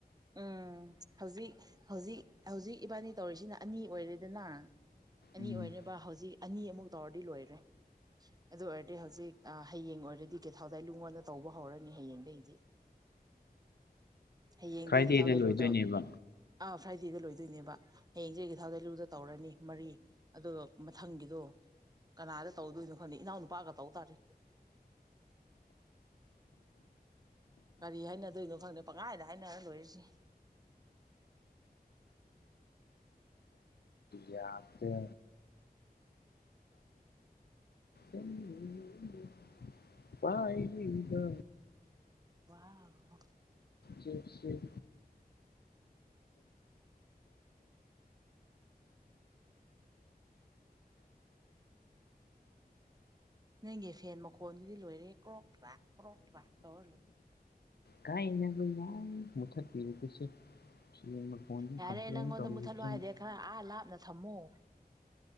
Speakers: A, on the right; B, on the left.
A: ꯎꯝ ꯍꯧꯖꯤꯛ ꯍꯧꯖꯤꯛ ꯍꯧꯖꯤꯛ ꯏꯕꯥꯅꯤ ꯇꯧꯔꯤꯁꯤꯅ ꯑꯅꯤ ꯑꯣꯏꯔꯦꯗꯅ ꯑꯅꯤ
B: ꯎꯝ
A: ꯑꯣꯏꯅꯕ ꯍꯧꯖꯤꯛ ꯑꯅꯤ ꯑꯃꯨꯛ ꯇꯧꯔꯗꯤ ꯂꯣꯏꯔꯦ ꯑꯗꯨ ꯑꯣꯏꯔꯗꯤ ꯍꯧꯖꯤꯛ ꯍꯌꯦꯡ ꯑꯣꯏꯔꯗꯤ ꯀꯩꯊꯥꯎꯗꯥꯏ ꯂꯨꯡꯉꯣꯟꯗ ꯇꯧꯕ ꯍꯧꯔꯅꯤ ꯍꯌꯦꯡꯗꯒꯤꯗꯤ꯫ ꯍꯌꯦꯡꯗꯤꯒꯤ
B: ꯐ꯭ꯔꯥꯏꯗꯦꯗ
A: <unintelligible>
B: ꯂꯣꯏꯗꯣꯏꯅꯦꯕ
A: ꯑꯧ꯫ ꯐ꯭ꯔꯥꯏꯗꯦꯗ ꯂꯣꯏꯗꯣꯏꯅꯦꯕ ꯍꯌꯦꯡꯗꯒꯤ ꯊꯥꯎꯗꯣꯏꯂꯨꯗ ꯇꯧꯔꯅꯤ ꯃꯔꯤ ꯑꯗꯨꯒ ꯃꯊꯪꯒꯤꯗꯣ ꯀꯅꯥꯗ ꯇꯧꯗꯣꯏꯅꯣ ꯈꯣꯗꯦ ꯏꯅꯥꯎꯅꯨꯄꯥꯒ ꯇꯧ ꯇꯥꯔꯦ꯫ ꯀꯔꯤ ꯍꯥꯏꯅꯗꯣꯏꯅꯣ ꯈꯪꯗꯦ ꯄꯪꯈꯥꯏꯗ ꯍꯥꯏꯅꯔ ꯂꯣꯏꯔꯤꯁꯤ꯫
B: ꯌꯥꯗ <unintelligible> ꯄꯥꯏꯔꯤꯕ
A: ꯋꯥꯎ
B: ꯁꯦ ꯁꯦ
A: ꯅꯪꯒꯤ ꯐꯦꯟ ꯃꯈꯣꯟꯗꯨꯗꯤ ꯂꯣꯏꯔꯦ ꯀ꯭ꯔꯣꯛꯄ꯭ꯔꯥ ꯀ꯭ꯔꯣꯛꯄ꯭ꯔꯥ ꯇꯧꯔ ꯂꯣꯏ
B: ꯀ ꯏꯟꯅ ꯀ <unintelligible> ꯃꯨꯊꯠꯄꯤꯔꯤꯕꯁꯦ ꯁꯤ ꯃꯈꯣꯟꯗ
A: ꯌꯥꯔꯦ
B: ꯀꯝꯄ꯭ꯂꯦꯟ
A: ꯅꯪꯉꯣꯟꯗ
B: ꯇꯧꯔꯤꯕꯁꯤꯅꯤ
A: ꯃꯨꯠꯊꯠꯂꯣ ꯍꯥꯏꯗꯦ ꯈꯔ ꯑꯥ ꯂꯥꯞꯅ ꯊꯝꯃꯣ